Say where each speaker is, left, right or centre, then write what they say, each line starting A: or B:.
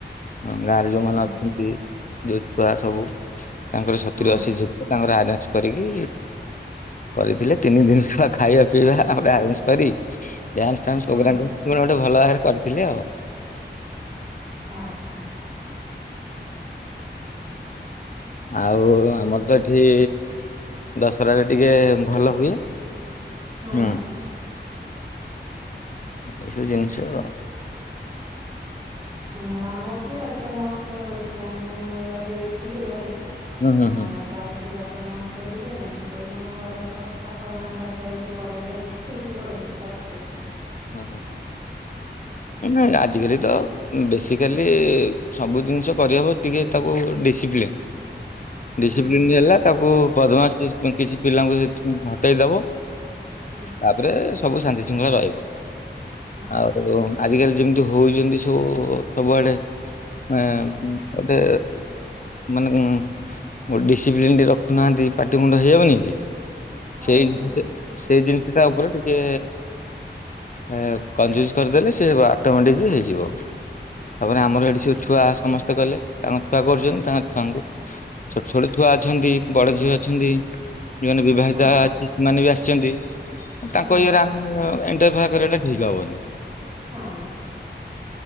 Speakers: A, on the left; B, on the right.
A: ହଁ ଗାଁରେ ଯୋଉମାନେ
B: ଆଚ୍ଛା
A: ଅଛନ୍ତି। ଯଉ ଛୁଆ ସବୁ ତାଙ୍କର ସତୁରି
B: ହଁ
A: ଅଶୀ ଝିଅ ପିଲା ତାଙ୍କର ଆ କରିକି କରିଥିଲେ ତିନି ଦିନ ତ ଖାଇବା ପିଇବା ଗୋଟେ ଆରେଞ୍ଜ କରି ଡାନ୍ସ ଫେନ୍ସ
B: ହଁ
A: ପ୍ରୋଗ୍ରାମ ପୁରା ଗୋଟେ ଭଲ ଭାବରେ କରିକି କରିଥିଲେ ଆଉ।
B: ଆଛା।
A: ଆଉ ଆମର ତ ଏଠି ଦଶହରାରେ ଟିକେ ଭଲ ହୁଏ।
B: ହଁ।
A: ହୁଁ ଏସବୁ ଜିନିଷ
B: ହଁ ଆମ ଏଠି ବି ରଜ ମହୋତ୍ସବ ପଡିଥିଲା ମୁଁ ଏଇ ରଜ ଯୋଉଥିଲି ଘରେ
A: ହୁଁ
B: ଆ
A: ହୁଁ
B: ରଜ ଆଇଥିଲି ରଜ ଜ ମହୋତ୍ସବ ବୁଲିବା ପାଇଁ ସେ ଆମ ଘର ପାଖ ଗାଁ ପାଖରେ ଗୋଟେ ପଡିଆଟେ ଅଛି ସେଇଠି ପଡ଼ିଥିଲେ କରିଥିଲେ ସେଇଟା।
A: ହଁ ହଁ ନାଇଁ ଆଜିକାଲି ତ ବେସିକାଲି ସବୁ ଜିନିଷ କରିହେବ ଟିକେ ତାକୁ ଡିସିପ୍ଲିନ
B: ହୁଁ
A: ଡିସିପ୍ଲିନ ହେଲା ତାକୁ ପଦ୍ମାସ ପିଶି ପିଲାଙ୍କୁ ସେ ହଟେଇ ଦବଁ
B: ହଁ
A: ତାପରେ ସବୁ ଶାନ୍ତି ଶୃଙ୍ଖଳା ରହିବ।
B: ହଁ
A: ଆଉ ଆଜିକାଲି ଯେମିତି ହଉଚନ୍ତି ସୁ ସବୁଆଡେ ଏ
B: ହଁ
A: ଗୋଟେ ମାନେ ଡି ପ୍ଲିନ ଟିକେ ରଖୁହାନ୍ତି ପାଟି ମୁୁଣ୍ଡ ହେଇଯାଉନି?
B: ଆଉ
A: ସେଇ
B: ହଁ
A: ଜିନ ସେଇ ଜିନିଷ ଟା ଉପରେ ଟିକେ ଏ କଞ୍ଜୁସ୍ କରିଦେଲେ ସେ ଆଟମେଟିକ ହେଇଯିବ ତାପରେ ଆମର ଏଠି ସବୁ ଛୁଆ ସମସ୍ତେ କଲେ ତାଙ୍କ ଛୁଆ କରୁଛନ୍ତି। ତାଙ୍କ ଛୁଆଙ୍କୁ ଛୋଟ ଛୋଟ ଛୁଆ ଅଛନ୍ତି ବଡ ଝିଅ ଅଛନ୍ତି ଯୋଉମାନେ ବିବାହିତା
B: ହଁ
A: ସେମାନେ ବି ଆସି ଅଛନ୍ତି। ତାଙ୍କ
B: ହଁ
A: ଇଏ ଆମେ ଇଣ୍ଟେଫ କରିବାଟା ଠିକ ହବନି।
B: ହଁ